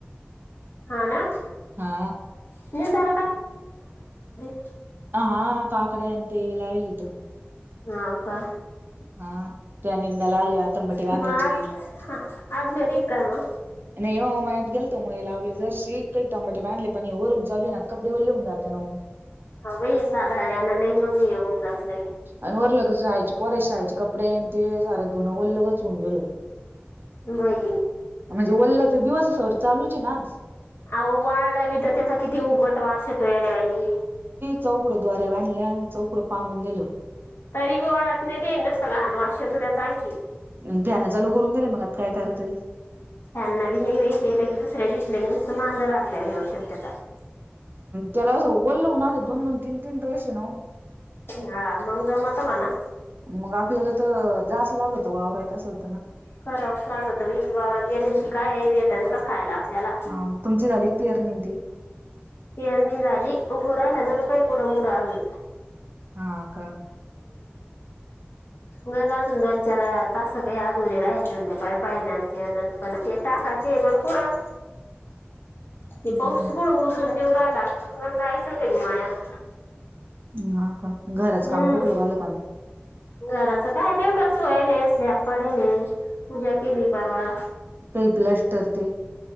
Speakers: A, on the left; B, on the right.
A: हा ना निंदला.
B: हा
A: <unintelligible>
B: हा काकडेन अ ते लाविलेत.
A: हाव का.
B: हा ते निंदद्याला आल्या टमॅट बांधायची.
A: मग आज हा, आज घरी आहे का मग
B: नाही हो मळ्यात गेलतो मुळे लावले जशी कैक टमाट बांधले पण वरून चालू हाय ना आता. कपडे वले होऊन जात ना ओ.
A: हव बाई साधाळल्यान लय मंग येऊन जात. लगे
B: आणि वरलग शाळेची पोरं शाळेची. कपडे न ते सारं धुन वलगच होऊन गेल.
A: बाई.
B: म्हणजे ओला तर दिवसभर चालूचे आहे ना आज.
A: अहो वाळला बी तर त्याचा किती उबट वाश येतो या यड्यावानी.
B: चौकड द्वारे बांधल्या चौकडं पांगुन दिलं.
A: तरी बी वाळत नाही ते नुसत घान वाश येतो त्याचा आणखी.
B: अन फॅनं चालू करून गेले मग आता काय करा तरी.
A: या नवीन ने बे लगेच दुसऱ्या दिवशी मांजर हागल्यावानी वासते त्यात.
B: त्याला असं ओल्लं उन आले दोन दोन तीन तीन ड्रेस ये ना हो.
A: हा मंग जमत म्हणा
B: मग आपल्याला त जास्त लागत वावरायत असं होतं ना.
A: करावच लागत बई वावरात गेले की काय भेटण का खायला आपल्याला.
B: हम्म तुमची झाली का पेरणी ती
A: पेरणी झाली उगू रहिला जणू काय कूड मूड आल
B: हा का.
A: गंजा अजून दोन चार तासं सकाळी अधुरे राहिले देऊन ते पाय पाय नान ते नान पण ते टाकाचे पण कुडं
B: <inaudible>
A: ते
B: हम्म
A: पाऊस कुड उजरून देेउ राहीला ऊन जायचं होतं की मायात.
B: हा का घराच
A: हम्म
B: काम कुठल झालं काय णु
A: घराचं काय तेवढच वईले स्लॅप पडीले पूजा केली परवा.
B: काई प्लस्टर ते